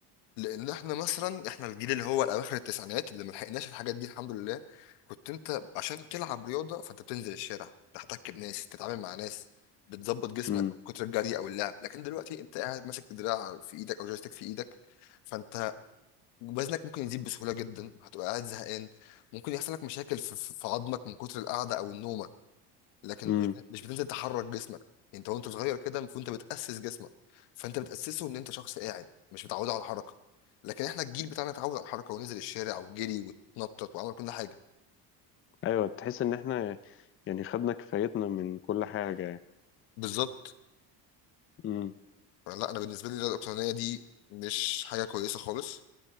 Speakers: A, on the left; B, on the left.
A: لان احنا مثلا احنا الجيل اللي هو اواخر التسعينات اللي ملحقناش الحاجات دي الحمد لله كنت انت عشان تلعب رياضه فانت بتنزل الشارع تحتك بناس تتعامل مع ناس بتظبط جسمك
B: مم.
A: من كتر الجري او اللعب لكن دلوقتي انت قاعد ماسك دراع في ايدك او جويستيك في ايدك فانت وزنك ممكن يزيد بسهوله جدا هتبقى قاعد زهقان ممكن يحصل لك مشاكل في في- في عظمك من كتر القعده او النومه لكن
B: مم.
A: مش مش بتنزل تحرك جسمك يعني انت وانت صغير كده المفروض انت بتاسس جسمك فانت بتاسسه ان انت شخص قاعد مش متعود على الحركه لكن احنا الجيل بتاعنا اتعود على الحركه ونزل الشارع وجري واتنطط وعمل كل حاجه
B: أيوة تحس إن إحنا يعني خدنا كفايتنا من كل حاجة
A: بالظبط
B: يعني.
A: فلا انا بالنسبه لي الاقتصاديه دي مش حاجه كويسه خالص